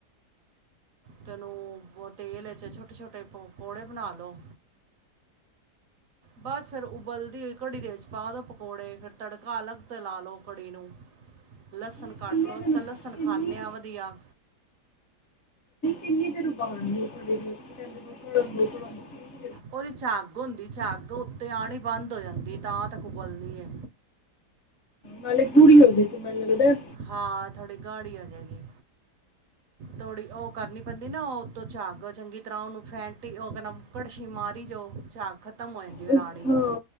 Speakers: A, on the right; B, on the left.
A: ਤ ਉਹਨੂੰ ਤੇਲ ਵਿੱਚ ਛੋਟੇ ਛੋਟੇ ਪਕੌੜੇ ਬਣਾ ਲਓ ਬਸ ਫਿਰ ਉਬਲਦੀ ਹੋਈ ਘੜੀ ਦੇ ਵਿੱਚ ਪਾ ਦਉ ਪਕੌੜੇ ਫਿਰ ਤੜਕਾ ਅਲੱਗ ਤੋਂ ਲਾ ਲਓ ਘੜੀ ਨੂੰ ਲਸਣ
B: ਨਹੀਂ,
A: ਕੱਟ
B: ਕਿੰਨੇ
A: ਲਓ ਅ
B: ਦਿਨ
A: ਤਾਂ ਲਸਣ
B: ਕਿੰਨੀ
A: ਖਾਂਦੇ ਹਾਂ ਵਧੀਆ।
B: ਰ ਬ
A: ਉਹਦੀ ਚ ਅੱਗ ਹੁੰਦੀ ਚ ਅੱਗ। ਅਤੇ ਆਉਣੀ ਬੰਦ ਹੋ ਜਾਂਦੀ ਤਾਂ ਤ ਉਬਲਦੀ ਹੈ।
B: ਨਾਲਾਲੇ ਗੁੜੀ ਹੋ ਸਕ ਇੱਕ ਮਨ ਲਗਦਾ ਹੈ।
A: ਹਾਂ ਥੋੜੀ ਗਾੜੀ ਆ ਜਾਏਗੀ ਥੋੜੀ ਉਹ ਕਰਨੀ ਪੈਂਦੀ ਨਾਤੋਂ ਝਾਕ ਚੰਗੀ ਤਰ੍ਹਾਂ ਉਹਨੂੰ ਫੈਂਟੀ ਉਹ ਕਹਿੰਦਾ ਘੜਸ਼ੀ ਮਾਰੀ ਜੋ ਝਾਕ ਖਤਮ ਹੋ ਜਾਂਦੀ। ਫਿਰ
B: ਪਿੱਛੋ।
A: ਆਣੀ